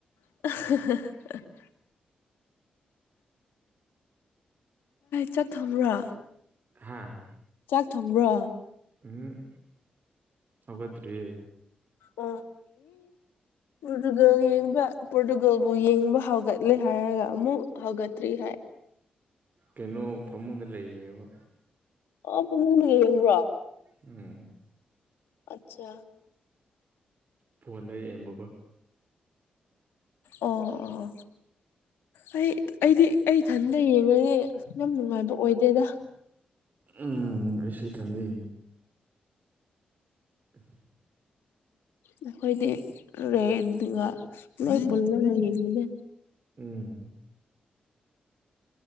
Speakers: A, on the left; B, on the right.
A: <unintelligible> ꯆꯥꯛ ꯊꯣꯡꯕ꯭ꯔꯣ?
B: ꯍꯥꯥ
A: ꯆꯥꯛ ꯊꯣꯡꯕ꯭ꯔꯣ?
B: ꯎꯝ ꯍꯧꯒꯠꯇ꯭ꯔꯤꯌꯦ꯫
A: ꯑꯣ ꯎꯡ <unintelligible> ꯌꯦꯡꯕ ꯄꯣꯔꯇꯨꯒꯜꯕꯨ ꯌꯦꯡꯕ ꯍꯧꯒꯠꯂꯦ ꯍꯥꯏꯔꯒ ꯑꯃꯨꯛ ꯍꯧꯒꯠꯇ꯭ꯔꯤ ꯍꯥꯏ꯫
B: ꯀꯩꯅꯣ ꯐꯃꯨꯡꯗ ꯂꯩ ꯍꯥꯏꯕ
A: ꯑꯣ ꯐꯃꯨꯡꯗ ꯌꯦꯡꯕ꯭ꯔꯣ?
B: ꯎꯝ
A: ꯑꯆꯥ
B: ꯐꯣꯟꯗ ꯌꯦꯡꯕꯀꯣ꯫
A: ꯑꯣ ꯑꯣ ꯑꯩ ꯑꯩꯗꯤ ꯑꯩ ꯏꯊꯟꯇ ꯌꯦꯡꯉꯗꯤ ꯌꯥꯝ ꯅꯨꯡꯉꯥꯏꯕ ꯑꯣꯏꯗꯦꯗ꯫
B: ꯎꯝ ꯑꯦꯁꯨ ꯏꯊꯟꯗ ꯌꯦꯡꯉꯤ <inaudible>
A: ꯑꯩꯈꯣꯏꯗꯤ ꯔꯦꯟꯗꯨꯒ ꯂꯣꯏ ꯄꯨꯜꯂꯒ ꯌꯦꯡꯃꯤꯅꯩ꯫
B: ꯎꯝ